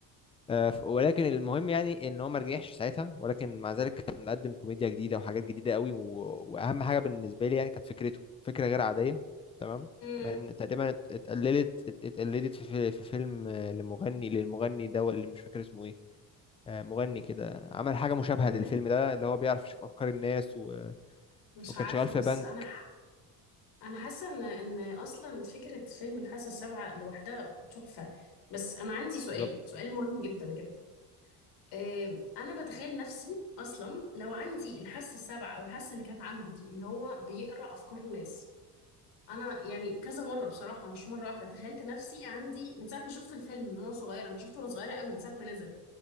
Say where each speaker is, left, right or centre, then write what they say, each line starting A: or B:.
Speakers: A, on the left; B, on the left.
A: آه، ف- ولكن المهم يعني ان هو ما رجعش ساعتها ولكن مع ذلك كان مقدم كوميديا جديده وحاجات جديده قوي و... واهم حاجه بالنسبه لي يعني كانت فكرته فكره غير عاديه تمام
B: امم
A: من تقريبا ات- اتقلدت ات- اتقلدت في, في في فيلم آه، لمغني للمغني ده اللي مش فاكر اسمه ايه آه، مغني كده عمل حاجه مشابهه
B: مغني
A: للفيلم ده اللي هو بيعرف يشوف افكار الناس و...
B: مش
A: وكان
B: عارفه
A: شغال في
B: بس
A: بنك
B: انا ح... انا حاسه ان ان اصلا فكره فيلم الحاسه السابعه لوحدها تحفه بس انا عندي سؤال
A: بالظبط
B: سؤال مهم جدا جدا آه، انا بتخيل نفسي اصلا لو عندي الحاسه السابعه او الحاسه اللي كانت عنده دي اللي هو بيقرا افكار الناس انا يعني كذا مره بصراحه مش مره واحده تخيلت نفسي عندي من ساعه ما شفت الفيلم من وانا صغيره انا شفته وانا صغيره قوي من ساعه ما نزل